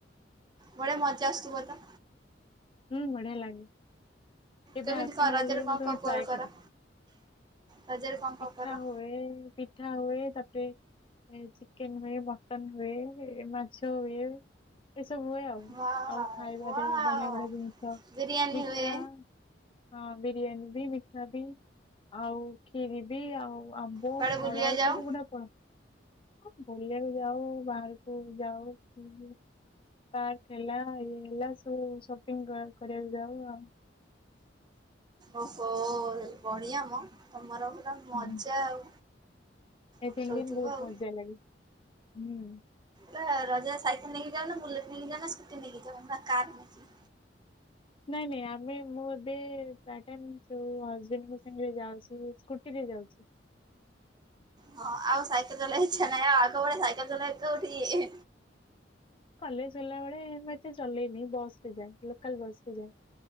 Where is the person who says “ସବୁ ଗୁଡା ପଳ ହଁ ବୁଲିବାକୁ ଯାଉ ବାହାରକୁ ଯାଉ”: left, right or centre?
Left